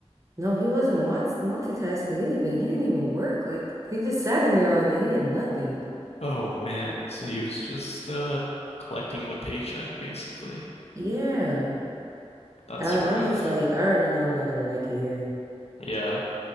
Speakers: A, on the right (about 30°); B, on the left (about 65°).
A: No, he wasn't multi multitasking anything. He didn't even work. Like he just sat in there all day. He did nothing.
B: Oh man. So he was just uh collecting the paycheck basically.
A: Yeah.
B: That's
A: I, I
B: rough.
A: was just like, I already know I'm not gonna like it here.
B: Yeah.